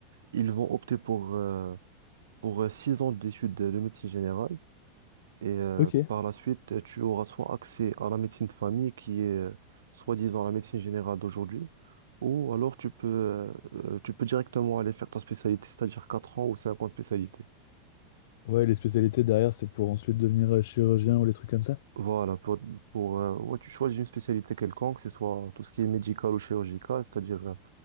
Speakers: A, on the right (about 75°); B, on the left (about 65°).
A: ils vont opter pour, euh, pour euh, six ans d'études de de médecine générale Et euh,
B: ok.
A: par la suite, euh, tu auras soit accès à la médecine de famille, qui est euh, soi-disant la médecine générale d'aujourd'hui, ou alors tu peux, euh, euh, tu peux directement aller faire ta spécialité, c'est-à-dire 4 ans ou 5 ans de spécialité.
B: Ouais, les spécialités derrière, c'est pour ensuite devenir euh, chirurgien ou les trucs comme ça.
A: Voilà, pour, pour, euh, ouais, tu choisis une spécialité quelconque, que ce soit tout ce qui est médical ou chirurgical, c'est-à-dire euh,